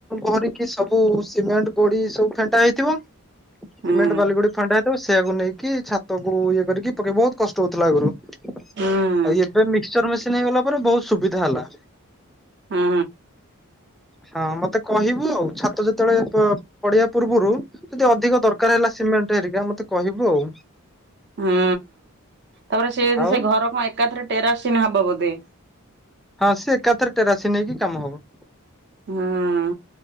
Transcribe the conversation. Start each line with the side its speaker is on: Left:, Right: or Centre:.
Centre: ଭରିକି ସବୁ ସିମେଣ୍ଟ ଗୋଡି ସବୁ ଫେଣ୍ଟା ହେଇଥିବ ସିମେଣ୍ଟ
Right: ହୁଁ
Centre: ବାଲି, ଗୋଡି ଥଣ୍ଡା ହେଇଥିବ ସେଇଆକୁ ନେଇକି ଛାତକୁ ଇଏ କରିକି ପକେଇ ବହୁତ କଷ୍ଟ ହଉଥିଲା ଆଗୁରୁ। ଆଉ
Right: ହୁଁ
Centre: ଏବେ ମିକ୍ସଚର ମେସିନି ହେଇଗଲା ପରେ ବହୁତ ସୁବିଧା ହେଲା।
Right: ହୁଁ।
Centre: ହଁ ମତେ କହିବୁ ଆଉ ଛାତ ଯେତେବେଳେ ପ ପଡ଼ିବା ପୂର୍ବରୁ ଯଦି ଅଧିକ ଦରକାର ହେଲା ସିମେଣ୍ଟ ହେରିକା ମତେ କହିବୁ ଆଉ।
Right: ହୁଁ ତାପରେ ସେ
Centre: ଆଉ
Right: ସେ ଘର କଣ ଏକାଥରେ ଟେରାସିନ୍ ହବ ବୋଧେ।
Centre: ହଁ ସିଏ ଏକାଥରେ ଟେରାସି ନେଇକି କାମ ହବ।
Right: ହଁ